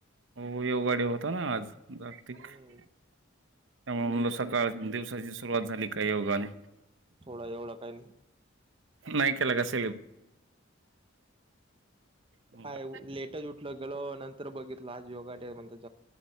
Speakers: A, on the right; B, on the right.
A: हो योगा डे होता ना आज जागतिक
B: हम्म
A: त्यामुळे सकाळ दिवसाची सुरुवात झाली का योगाने
B: थोडा एवढं काही नाही
A: नयक्यालगा कसं बरं
B: काय लेटच उठलो गेलो नं तर बघितलं आज योगा डे हाय म्हणतात